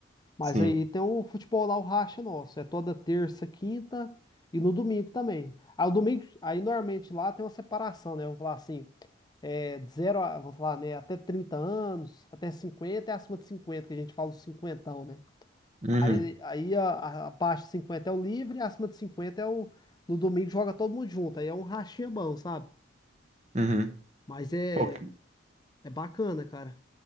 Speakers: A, on the left; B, on the right.
A: Mas
B: Sim.
A: aí tem o futebol lá, o racha nosso. É toda terça, quinta e no domingo também. Aí, o domingo, aí normalmente lá tem uma separação, né? Vamos falar assim, é, de zero a, vamos falar, né? Até 30 anos, até 50 e acima de 50 que a gente fala os cinquentão, né?
B: Uhum,
A: Aí, aí a, a- abaixo de 50 é o livre, acima de 50 é o. No domingo joga todo mundo junto. Aí é um rachinha bom, sabe?
B: uhum.
A: Mas é,
B: Pô, que-
A: é bacana, cara.